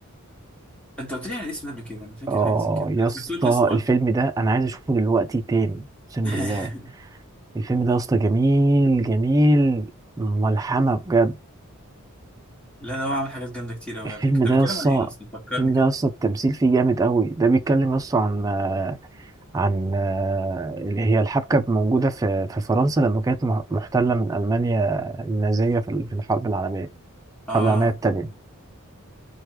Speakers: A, in the centre; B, on the right.
A: انت قلت لي على الاسم ده قبل كده انا فاكر
B: اه
A: حاجه زي كده
B: يا
A: انا
B: اسطى
A: سمعتوش لسه برضه
B: الفيلم ده انا عايز اشوفه دلوقتي تاني اقسم
A: <laughs>
B: بالله الفيلم ده يا اسطى جميل جميل ملحمة بجد
A: لا ده هو عامل حاجات جامده كتير قوي
B: الفيلم
A: على فكره طب
B: ده
A: بيتكلم
B: يا اسطى
A: عن ايه اصلا فكرني
B: الفيلم
A: كده
B: ده يا اسطى التمثيل فيه جامد قوي ده بيتكلم يا اسطى عن آه، عن آه، اللي هي الحبكة موجودة في في فرنسا لما كانت مح- محتلة من ألمانيا النازية في ال- في الحرب العالمية
A: اه
B: الحرب العالمية التانية